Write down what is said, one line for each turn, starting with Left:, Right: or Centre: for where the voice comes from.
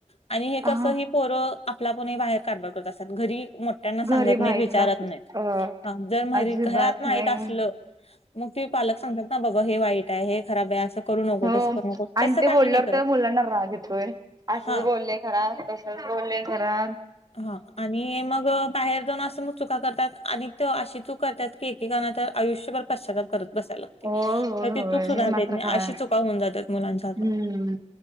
Left: आणि हे कस
Right: हा
Left: हे पोरं आपलापन बाहेर, कारभार करत असत्यात, घरी मो त्यांना सांगत
Right: गरीब
Left: नहीत,
Right: आहेत
Left: विचारत
Right: ना
Left: नाहीत,
Right: अ
Left: जर म
Right: अजिबात
Left: घरात माहित
Right: नाही
Left: असलं मग ते पालक सांगतात ना, बाबा हे वाईट ये, हे खराब ये, असं करू नको
Right: हो
Left: तसं करू नको
Right: आन,
Left: तसं
Right: ते
Left: काही
Right: बोलल्यावर,
Left: नाही करत
Right: त्यां मुलांना राग येतोय, असंच
Left: हा
Right: बोलले घरात <unintelligible> बोलले खरात
Left: हं आणि मग बाहेर जाऊन, असं नु चुका करतात आणि ते अशी चूक करतात की, एकेकाणा तर आयुष्यभर, पश्चाताप करत बसाय लागते.
Right: हो होय
Left: तर ती
Right: होय
Left: चूक सुधारता
Right: हे मात्र
Left: येत नही,
Right: खरं
Left: अशी
Right: आहे
Left: चुकां होऊन जात्यात, मुलांच्या हातून
Right: हम्म